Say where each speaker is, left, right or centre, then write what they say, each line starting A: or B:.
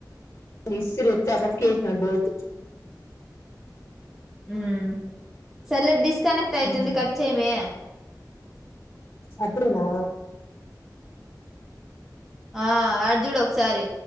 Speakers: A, on the left (about 35°); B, in the centre.
A: ఇసిరేత్తే అబ కేేసిన <unintelligible> బోదు
B: మ్మ్ సరెలే డిస్క్ కనెక్ట్ అయితుంది
A: ఉమ్.
B: కట్ చేయ్ మే
A: అప్పుడేనా
B: ఆ అడ చూడు ఒకసారి